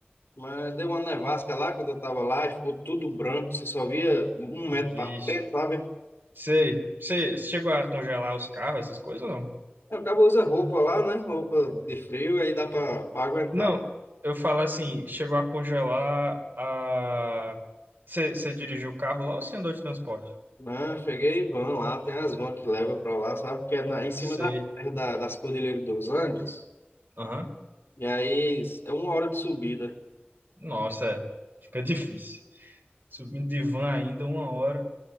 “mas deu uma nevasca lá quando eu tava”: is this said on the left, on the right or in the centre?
Left